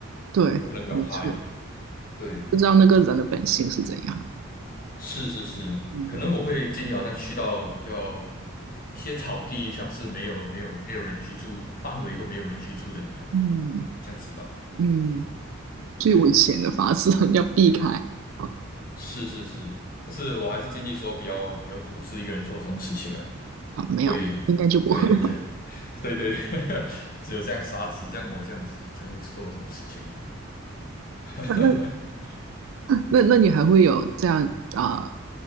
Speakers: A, on the right; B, on the left.
A: 对，
B: 我可能比较怕一点。
A: 没错，
B: 对，
A: 不知道那个人的本性是怎样。
B: 是是是，
A: 嗯
B: 可能我会建议好像去到比较一些草地，像是没有没有没有人居住范围都没有人居住的地方，
A: 嗯
B: 这样子吧。
A: 嗯，最危险的法是
B: 对，
A: <laughs> 要避开。哦
B: 是是是，但是我还是建议说不要不要独自一个人做这种事情啊。
A: 啊，没有，
B: 会，
A: 应该就不会了。
B: 对对对，对对，<laughs> 只有这样傻子，像我这样子才会做这种事情。<laughs>
A: <laughs> 那那那那你还会有这样啊、呃